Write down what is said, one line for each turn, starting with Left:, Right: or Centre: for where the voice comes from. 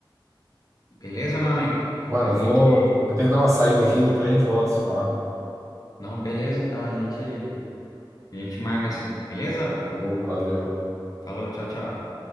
Left: Beleza, meu amigo?
Right: Mano,
Left: A gente.
Right: vou, vou ter que dar uma saída aqui, depois a gente volta a se falar.
Left: Não, beleza, então a gente, a gente marca assim. Beleza?
Right: Falou, valeu.
Left: Falou, tchau, tchau.